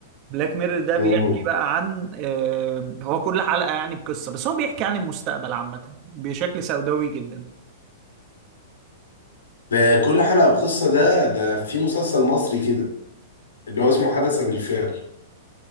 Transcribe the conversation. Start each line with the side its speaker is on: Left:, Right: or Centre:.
Right: بلاك ميرور ده بيحكي
Left: مم.
Right: بقى عن آه، هو كل حلقة يعني بقصة بس هو بيحكي عن المستقبل عامة بشكل سوداوي جدا
Left: فكل حلقة بقصة ده ده في مسلسل مصري كده اللي هو اسمه حدث بالفعل